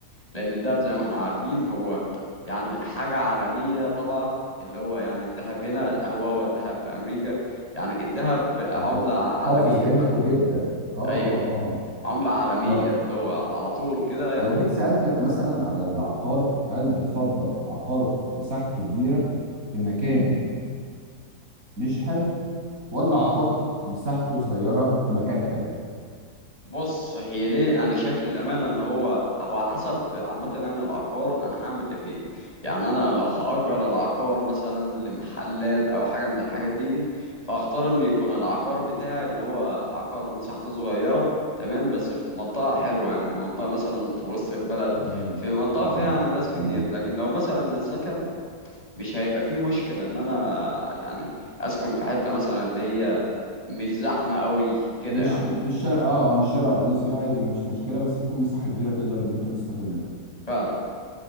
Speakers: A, on the left; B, on the right.
A: لأن الذهب زي ما احنا عارفين هو يعني حاجة عالمية طبعا اللي هو يعني الذهب هنا هو هو الذهب في أمريكا يعني الذهب عملة
B: بالظبط
A: عالمية
B: حافظ قيمته
A: فعلا
B: جدا اه اه
A: أيوه
B: اه
A: عملة عالمية
B: طب
A: اللي هو على طول كده يعني
B: لو جيت سألتك مثلا على العقار هل بتفضل عقار مساحته كبيرة في مكان مش حلو ولا
A: اه
B: عقار مساحته صغيرة في مكان حلو
A: بص هي دي انا شايف للامانه ان هو هو على حسب عامه انا العقار انا هعمل ايه فيه يعني انا لو هاجر العقار مثلا لمحلات او حاجه من الحاجات دي دي فاختار ان يكون العقار بتاعي اللي هو عقار مساحته صغيره تمام بس في منطقه حلوه يعني منطقه مثلا في وسط البلد
B: تمام
A: في منطقه فيها
B: تمام
A: يعني ناس كتير
B: تمام
A: لكن لو مثلا للسكن مش هيبقى فيه مشكله ان انا يعني اسكن في حته مثلا اللي هي مش زحمه قوي كده
B: مش
A: يعني
B: مش شارع اه مش شارع رئيسي عادي ما فيش مشكلة بس يكون مساحة كبيرة تقدر ان انت تستفاد منها
A: فعلا